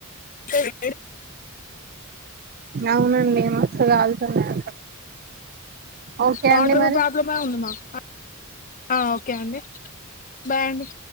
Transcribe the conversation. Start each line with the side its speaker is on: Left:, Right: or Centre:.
Left: ఎయ్
Right: అవునండి మస్తు కాల్తాన్నాయి అంట, ఓకే
Left: వాటర్
Right: అండి
Left: కూడా
Right: మరి
Left: ప్రాబ్లమే ఉంది మాకు ఆ ఓకే అండి బాయ్ అండి